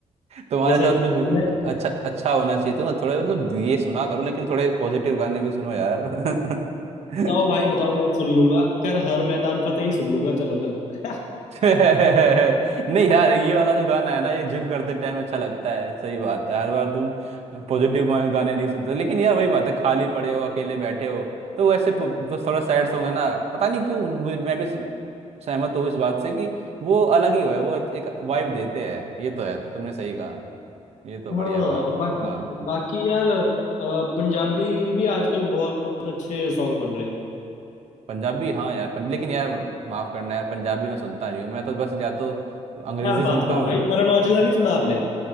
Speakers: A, on the right; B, on the left.
A: तुम्हारे
B: जैसे
A: साथ कुछ बु-
B: मैं
A: अच्छा अच्छा होना चाहिए तुम थोड़े मतलब ये सुना करो लेकिन थोड़े पॉजिटिव गाने भी सुनो यार <laughs>
B: बताओ भाई बताओ मैं सुन लूंगा कर हर मैदान फतेह ही सुन लूंगा चलो कल <laughs>
A: नहीं यार ये वाला जो गाना है ना ये जिम करते टाइम अच्छा लगता है सही बात है हर बार तुम पॉजिटिव गाने नहीं सुनते लेकिन यार वही बात है खाली पड़े हो अकेले बैठे हो तो वैसे पु- जो थोड़ा सैड सॉन्ग है ना पता नहीं क्यों मुझे- मैं भी सहमत हूँ इस बात से कि वो अलग ही हो है वो एक वाइब देते हैं ये तो है तुमने सही कहा ये तो
B: हाँ
A: बढ़िया बात
B: बाकी
A: है। हाँ
B: बाकी यार अ, पंजाबी भी आजकल बहुत अच्छे सॉन्ग्स बन रहे हैं
A: पंजाबी हाँ यार पं, लेकिन यार माफ करना यार पंजाबी मैं सुनता नहीं हूँ मैं तो बस या तो अंग्रेजी
B: क्या बात
A: सुनता
B: कर रहे
A: हूँ
B: हो भाई करण औजला नहीं सुना आपने